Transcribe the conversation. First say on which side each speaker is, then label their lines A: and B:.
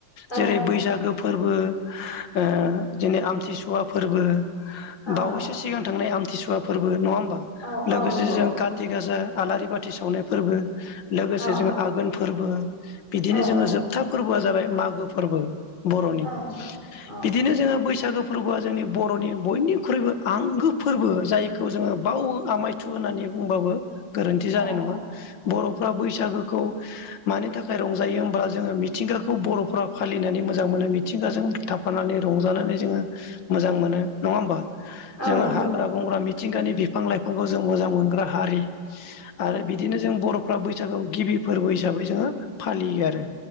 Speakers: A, on the left; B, on the left.
A: औ
B: जेरै बैसागो फोरबो ओ जेने आमथिसुवा फोरबो
A: औ
B: बावैसो सिगां थांनाय आमथिसुवा फोरबो नङा होमबा
A: औ
B: लोगोसे
A: औ नंगौ
B: जों काति गासा आलारि बाथि सावनाय फोरबो लोगोसे
A: औ
B: जों आघोन फोरबो बिदिनो
A: औ
B: जोङो जोबथा फोरबोआ जाबाय मागो फोरबो बर'नि
A: औ औ
B: बिदिनो जोङो बैसागो फोरबोआ जोंनि बर'नि बयनिख्रुइबो आंगो फोरबो जायखौ जोङो बाव आमायथु होननानै बुंबाबो गोरोन्थि जानाय
A: औ
B: नङा। बर'फ्रा बैसागोखौ मानि थाखाय रंजायो होमबा जोङो मिथिंगाखौ बर'फ्रा फालिनानै मोजां मोनो मिथिंगाजों थाफानानै रंजानानै जोङो। मोजां मोनो नङा होमबा
A: औ
B: जोङो
A: नंगौ
B: हाग्रा बंग्रा मिथिंगानि बिफां लाइफांखौ जों मोजां मोनग्रा हारि आरो
A: औ
B: बिदिनो जों बर' फोरा बैसागुआव गिबि फोरबो हिसाबै जोङो फालियो आरो